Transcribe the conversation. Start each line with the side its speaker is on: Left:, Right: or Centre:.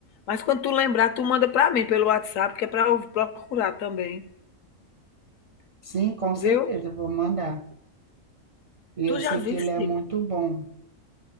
Left: Mas quando tu lembrar, tu manda para mim pelo WhatsApp, que é para eu procurar também,
Right: Sim, com certeza,
Left: viu?
Right: eu vou mandar. E eu
Left: Tu
Right: sei
Left: já
Right: que
Left: viste?
Right: ele é muito bom.